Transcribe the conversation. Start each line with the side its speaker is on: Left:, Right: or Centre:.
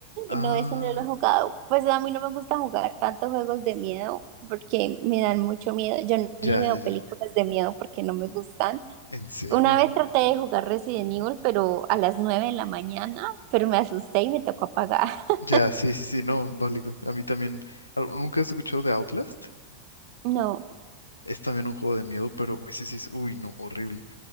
Left: Ah,
Right: no, ese no lo jugado. Pues a mí no me gusta jugar tantos juegos de miedo porque me dan mucho miedo. Yo ni
Left: ya,
Right: veo
Left: ya, ya.
Right: películas de miedo porque no me gustan.
Left: ¿En serio?
Right: Una vez traté de jugar Resident Evil, pero a las 9 de la mañana, pero me asusté y me tocó apagar. <laughs>
Left: Ya, sí, sí, sí, no, válido. A mí también. ah, ¿Nunca has escuchado de Outlast?
Right: No.
Left: Es también un juego de miedo, pero ese sí es, uy, no, horrible.